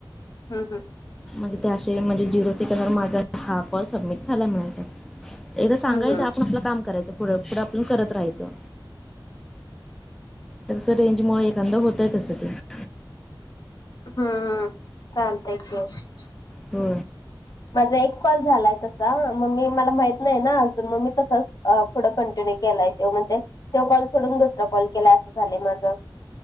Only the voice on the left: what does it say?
हम, हम.
हम्म हम्म
हम्मम् चालत क
माझा एक कॉल झालाय तसा मम्मी मला माहित नाही ना अजून मम्मी तसंच अ पुढं कंटिन्यू केलाय तो म्हणजे ते कॉल सोडून दुसरं कॉल केलाय असं झालं माझं